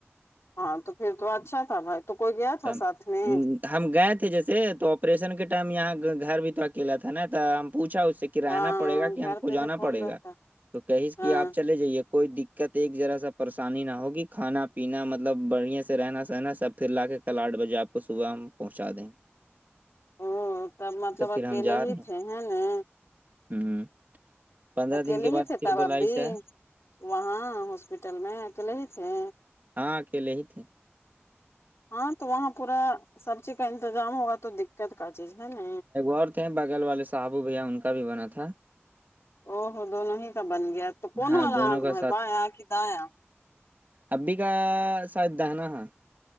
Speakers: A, on the left; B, on the right.
A: ہاں تو پھر تو اچھا تھا بھائی تو کوئی گیا تھا
B: تو ہم
A: ساتھ میں
B: ہم گئے تھے جیسے تو آپریشن کے ٹائم یہاں گھر بھی تو اکیلا تھا نا تو ہم پوچھا اس سے کی رہنا
A: ہاں
B: پڑے گا کہ ہم
A: گھر
B: کو
A: پہ
B: جانا
A: بھی کون
B: پڑے
A: رہتا
B: گا تو کہیس
A: ہاں
B: کہ آپ چلے جائیے کوئی دیکت ایک جرا سا پریشانی نہ ہوگی کھانا پینا مطلب بڑھیا سے رہنا سہنا سب پھر لا کے کل آٹھ بجے آپ کو صبح ہم پہنچا دیں گئے
A: او تب مطلب
B: پھر
A: اکیلے
B: جا
A: ہی
B: رہے
A: تھے ہے نہ
B: ہم پندرہ
A: اکیلے
B: دن کے بعد
A: ہی تھے
B: پھر
A: تب
B: بولائی
A: آب بھی
B: سے
A: وہاں ہاسپٹل میں اکیلے ہی تھے
B: ہاں اکیلے ہی تھے
A: ہاں تو وہاں پورا سب چیز کا انتظام ہوگا تو دقت کا چیز ہے نا
B: اور تھے بغل والے صابو بھیا ان کا بھی بنا تھا
A: او ہو دونوں ہی کا بن گیا تو کون
B: ہاں
A: والا
B: دونوں
A: آنکھ
B: کا
A: بھائی بایاں کہ دایاں
B: آپی کا سائیڈ دانہا ہے